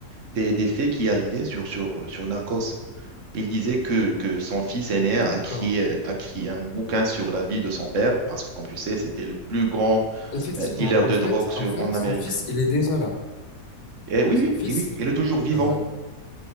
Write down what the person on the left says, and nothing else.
D'accord.
Effectivement,
en
fait,
en fait,
son fils, il est déjà là.
Son
fils,
euh,